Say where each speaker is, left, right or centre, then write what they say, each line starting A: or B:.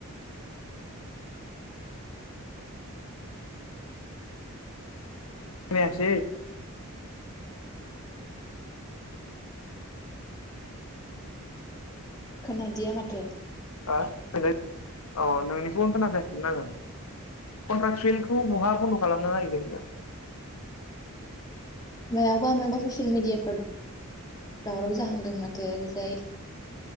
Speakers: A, on the left; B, on the left.
A: खोनायासै
B: खोनादिया माथो
A: <unintelligible> अ नोंनिखौ खोनागासिमोन आगोन कन्ट्राक्सुवेलखौ बहा बन्द खालामनो नागिरदों दा
B: मायाबा मायबा ससेल मिडियाफोर दावराव जाहांदों माथो ओरैजाय